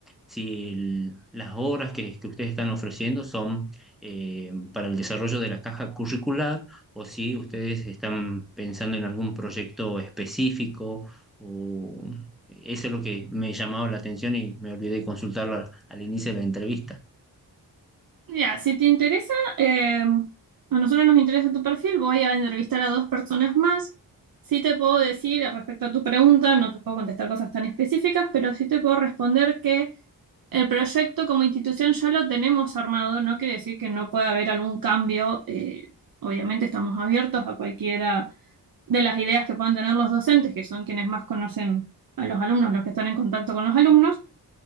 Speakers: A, in the centre; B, on the right.
A: si el- las obras que, que ustedes están ofreciendo son eh, para el desarrollo de la caja curricular o si ustedes están pensando en algún proyecto específico o eso es lo que me llamaba la atención y me olvidé consultarlo al, al inicio de la entrevista.
B: Mira, si te interesa, eh, a nosotros nos interesa tu perfil, voy a entrevistar a dos personas más. Sí te puedo decir eh, respecto a tu pregunta, no te puedo contestar cosas tan específicas, pero sí te puedo responder que el proyecto como institución ya lo tenemos armado, no quiere decir que no pueda haber algún cambio. eh, obviamente estamos abiertos a cualquiera de las ideas que puedan tener los docentes, que son quienes más conocen a los alumnos, los que están en contacto con los alumnos.